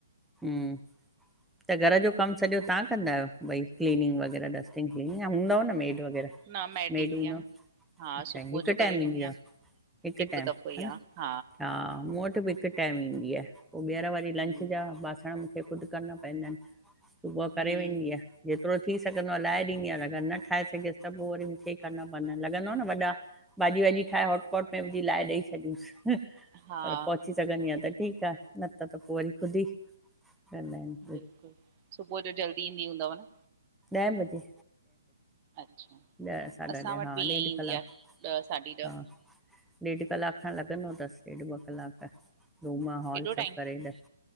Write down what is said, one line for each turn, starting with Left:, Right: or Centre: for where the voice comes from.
Centre: हम्म त घर जो कम सॼो ताहां कंदा आयो भई क्लीनिंग वग़ैरह डस्ट क्लीन हूंदव न मेड वग़ैरह
Right: न मैट
Centre: मेड
Right: ईंदी
Centre: हूंदव?
Right: आहे न हा
Centre: अच्छा
Right: सुबुह
Centre: हिक
Right: जो करे
Centre: टाइम
Right: वेंदी
Centre: ईंदी
Right: आहियां
Centre: आ हिक
Right: हिकु
Centre: टाइम
Right: दफ़ो ई
Centre: ह न
Right: आहे
Centre: हा मूं वट बि हिक टाइम ईंदी आ पो बेहर वरी लंच
Right: हम्म,
Centre: जा बासण मूंखे ख़ुद करण पैंदा आहिन! सुबुह करे
Right: हम्म,
Centre: वेंदी आ! जेतरो थी सघंदो आ लाहे ॾींदी आयां अगर न ठाहे सघ्यस त पो वरी मूंखे ई करना पवंदा लॻंदो आ न वॾा भाॼी वाॼी ठाहे हॉटपॉट में विझी लाए ॾेई छॾियूंस! पर
Right: हा,
Centre: पहुची सघंदीआ त ठीक आ न त त पो वरी खुदि ई कंदा आहिन!
Right: बिल्कुल सुबुह जो जल्दी ईंदी हूंदव न!
Centre: ॾै बजे!
Right: अच्छा
Centre: ॾह साढा
Right: असां
Centre: ॾह
Right: वट
Centre: हा
Right: बि
Centre: ॾेढ
Right: ईअं ईंदी
Centre: कलाक
Right: आ ॾह साढी ॾह!
Centre: हा ॾेढ कलाक खन लॻंदो तस ॾेढ ॿ कलाक रूम हॉल
Right: एॾो
Centre: सभ
Right: टाइम?
Centre: करे ॾस!